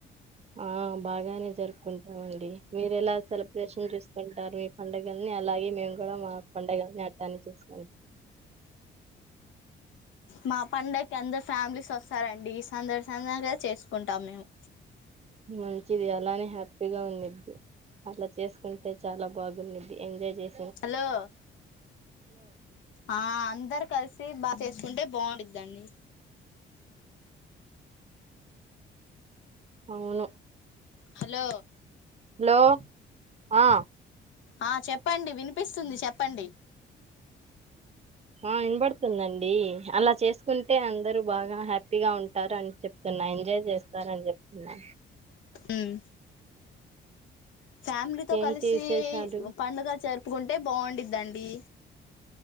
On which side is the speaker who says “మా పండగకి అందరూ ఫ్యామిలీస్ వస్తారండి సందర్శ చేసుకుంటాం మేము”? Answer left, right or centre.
Left